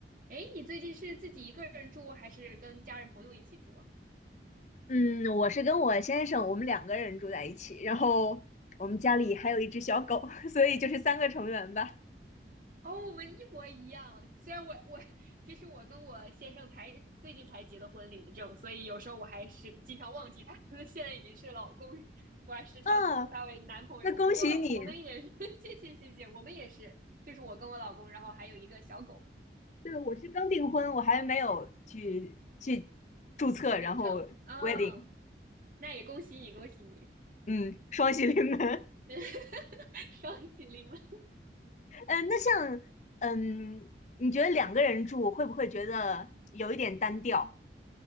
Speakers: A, on the right; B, on the left.
A: 哎，你最近是自己一个人住，还是跟家人朋友一起住？
B: 嗯，我是跟我先生，我们两个人住在一起，然后我们家里还有一只小狗，<laughs> 所以就是三个成员吧。
A: 哦，我们一模一样。虽然我我其实我跟我先生才最近才结的婚领的证，所以有时候我还是经常忘记他可能 <laughs> 现在已经是老公，我还时常称呼他为男朋友。
B: 嗯，那恭喜你。
A: 不过我们也是 <laughs> 谢谢谢谢，我们也是，就是我跟我老公，然后还有一个小狗
B: 对，我是刚订婚，我还没有去去注册，
A: 领证。
B: 然后 <laughs>
A: 啊，
B: wedding，
A: 那也恭喜你，恭喜你，
B: 嗯，双喜临门。<laughs>
A: <laughs> 双喜临门。
B: 嗯，那像，嗯，你觉得两个人住会不会觉得有一点单调？